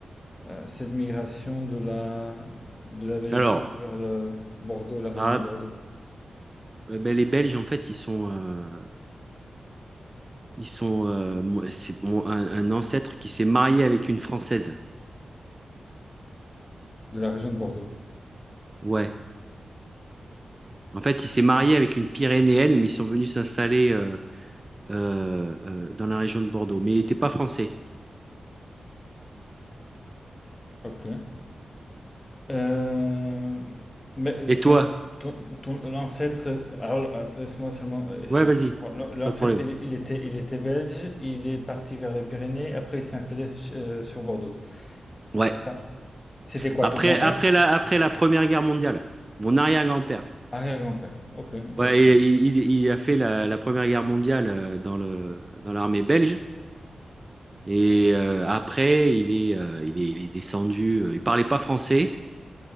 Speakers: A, on the left; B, on the right.
A: euh, cette migration de la de la Belgique
B: Alors,
A: vers le Bordeaux, la région
B: ah,
A: de Bordeaux,
B: eh ben, les Belges, en fait, ils sont, euh, ils sont euh, mo- c'est mon- un, un ancêtre qui s'est marié avec une Française.
A: de la région de Bordeaux.
B: Ouais. En fait, il s'est marié avec une Pyrénéenne, mais ils sont venus s'installer euh, euh, euh, dans la région de Bordeaux. Mais il n'était pas français.
A: Ok. Euh, mais euh,
B: Et toi?
A: ton ton, ton- l'ancêtre, alors euh, laisse-moi seulement essayer
B: Ouais, vas-y.
A: de comprendre. L'ancêtre,
B: Pas de problème.
A: il, il était, il était belge, il est parti vers les Pyrénées, après il s'est installé euh, sur Bordeaux.
B: Ouais.
A: Ça. C'était quoi,
B: Après,
A: ton grand-père?
B: après la, après la Première Guerre mondiale, mon arrière-grand-père.
A: Arrière-grand-père. Ok, intéressant.
B: Ouais, il, il- il a fait la, la Première Guerre mondiale euh, dans le, dans l'armée belge. Et euh, après, il est, euh, il est, il est descendu. euh, il parlait pas français.